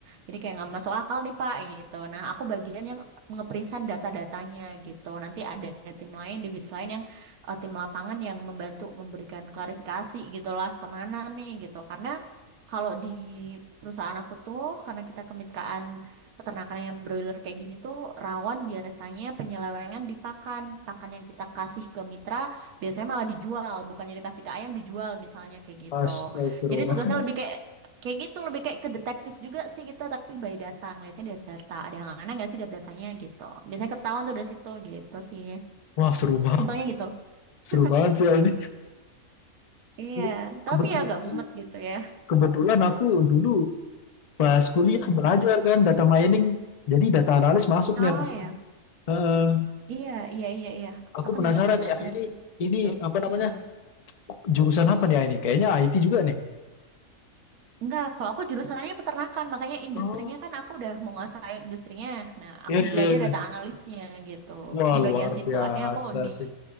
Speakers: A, on the right; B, on the left.
A: jadi kayak nggak masuk akal nih Pak gitu nah aku bagian yang ngeprisan data-datanya gitu nanti ada tim lain divisi lain yang eh, tim lapangan yang membantu memberikan klarifikasi gitulah kemana nih gitu karena kalau di perusahaan aku tuh, karena kita kemitraan peternakan yang broiler kayak gini tuh, rawan biasanya penyelewengan di pakan. Pakan yang kita kasih ke mitra biasanya malah dijual, bukannya dikasih ke ayam dijual misalnya kayak gitu.
B: Astagfirullah.
A: Jadi tugasnya lebih kayak kayak gitu, lebih kayak ke detektif juga sih kita, tapi by data, ngeliatnya dari data. Ada yang aneh nggak sih dari datanya gitu. Biasanya ketahuan tuh dari situ gitu sih.
B: Wah, seru banget.
A: Simpelnya gitu.
B: Seru
A: <laughs>
B: banget sih Ain.
A: Iya,
B: Ke-
A: tapi
B: Kebetulan,
A: ya agak mumet gitu ya.
B: kebetulan aku dulu pas kuliah
A: Mm-mm.
B: belajar kan data mining. Jadi data analis masuk
A: Oh
B: nih. Ars.
A: ya.
B: Heeh.
A: Iya, iya, iya, iya.
B: aku
A: Aku
B: penasaran
A: juga masih belajar
B: nih, ah, ini
A: sih
B: ini
A: gitu.
B: apa namanya
A: Mm-mm.
B: jurusan apa nih ah, ini? Kayaknya IT juga nih.
A: Enggak, kalau aku jurusannya peternakan, makanya industrinya
B: Oh,
A: kan aku udah menguasai industrinya. Nah, aku
B: iya
A: belajar
B: iya iya.
A: data analisnya gitu.
B: Wah
A: Di
B: luar
A: bagian situ
B: biasa
A: akhirnya aku di
B: sih.